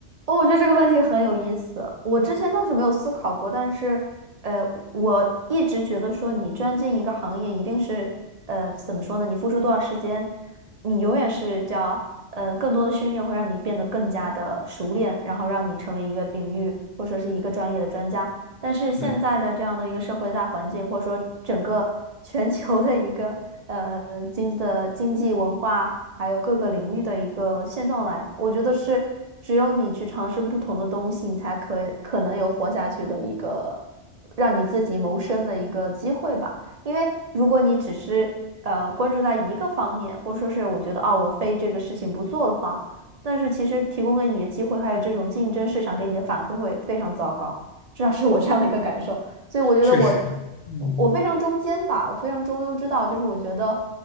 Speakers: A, on the right; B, on the left.
A: 哦，我觉得这个问题很有意思。我之前倒是没有思考过，但是，呃，我一直觉得说，你钻进一个行业，一定是，呃，怎么说呢？你付出多少时间，你永远是叫，呃，更多的训练会让你变得更加的熟练，然后让你成为一个领域或者说是一个专业的专家。但是现在的这样的一个社会的大环境，
B: 嗯，
A: 或者说整个全球的一个呃经济的经济文化。还有各个领域的一个现状来。我觉得是只有你去尝试不同的东西，你才可可能有活下去的一个让你自己谋生的一个机会吧。因为如果你只是呃关注在一个方面，或者说是我觉得啊我非这个事情不做的话，但是其实提供给你的机会还有这种竞争市场给你的反馈会非常糟糕。至少是我这样的一个感受。所以我觉得我
B: 确实，嗯，
A: 我非常中间吧，我非常中庸之道，就是我觉得